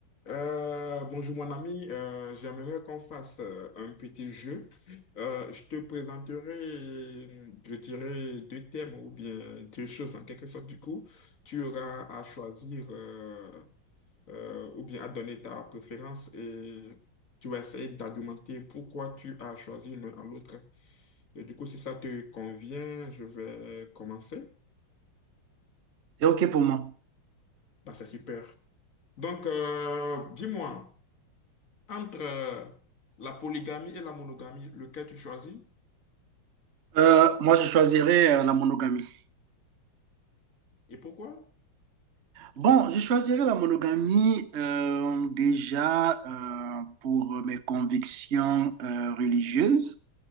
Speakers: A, on the left (about 40°); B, on the right (about 50°).
A: Euh, bonjour mon ami, Euh, j'aimerais qu'on fasse euh, un petit jeu. Euh, je te présenterai, je dirais, deux thèmes ou bien deux choses en quelque sorte. Du coup, tu auras à choisir euh, euh, ou bien à donner ta préférence et tu vas essayer d'argumenter pourquoi tu as choisi l'un à l'autre. Et du coup, si ça te convient, je vais commencer.
B: C'est OK pour moi.
A: Bah, c'est super. Donc, euh, dis-moi. Entre euh, la polygamie et la monogamie, lequel tu choisis
B: Euh, moi, je choisirais euh, la monogamie.
A: et pourquoi?
B: Bon, je choisirais la monogamie euh, déjà euh, pour mes convictions euh, religieuses.